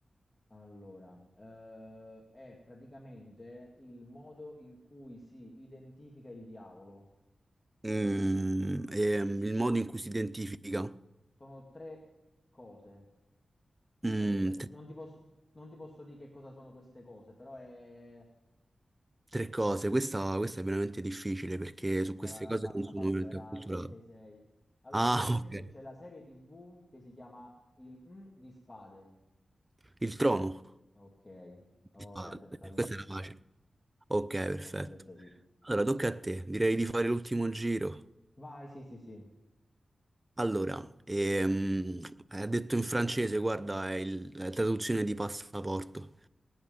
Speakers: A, on the left; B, on the right.
A: allora, eh, è praticamente il modo in cui si identifica il diavolo.
B: Mm, ehm, il modo in cui si identifica.
A: Sono tre cose.
B: Mm,
A: Cioè, nel sen-
B: tre,
A: non ti posso, non ti posso dire che cosa sono queste cose, però è...
B: tre cose. Questa, questa è veramente difficile perché
A: Ok,
B: su queste
A: vai, vai,
B: cose
A: passa,
B: non sono
A: passa,
B: veramente
A: era
B: acculturato.
A: 666. Allora,
B: Ah,
A: praticamente
B: <laughs> ok.
A: c'è la serie TV che si chiama Il M di Spade.
B: Il trono.
A: Ok, oh,
B: Il padre.
A: tempo scaduto.
B: Questa era facile. Ok, perfetto.
A: Questa sì, questa sì.
B: Allora, tocca a te. Direi di fare l'ultimo giro.
A: Vai, sì, sì, sì.
B: Allora, ehm, ha detto in francese, guarda, è il- la traduzione di passaporto.